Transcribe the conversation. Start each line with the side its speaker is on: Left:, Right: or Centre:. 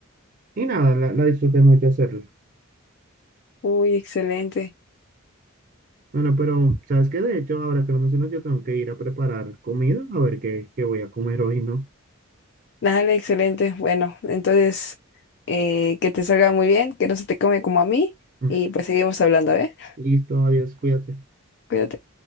Right: y nada, la, la disfruté mucho hacerlo.
Left: Uy, excelente.
Right: Bueno, pero ¿sabes qué? De hecho, ahora que lo mencionas, yo tengo que ir a preparar comida, a ver qué, qué voy a comer hoy, ¿no?
Left: Dale, excelente. Bueno, entonces, eh, que te salga muy bien, que no se te come como a mí
Right: <laughs>
Left: y pues seguimos hablando, ¿eh?
Right: Listo, adiós, cuídate.
Left: Cuídate.